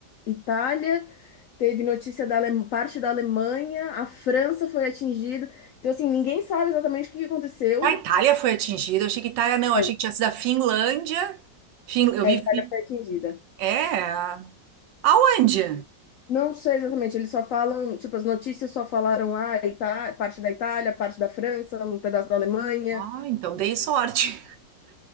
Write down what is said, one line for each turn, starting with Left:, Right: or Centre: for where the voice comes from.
Left: Itália, teve notícia da Ale- parte da Alemanha, a França foi atingida. Então, assim, ninguém sabe exatamente o que aconteceu.
Right: A Itália foi atingida. Eu Achei que Itália não.
Left: Foi.
Right: Achei que tinha sido a Finlândia. Fin... Eu
Left: A
Right: vi.
Left: Itália
Right: Fin...
Left: foi atingida.
Right: É. Aonde?
Left: Não sei exatamente, eles só falam, tipo, as notícias só falaram, ah, Ita- parte da Itália, parte da França, um pedaço da Alemanha.
Right: Ah, então dei sorte.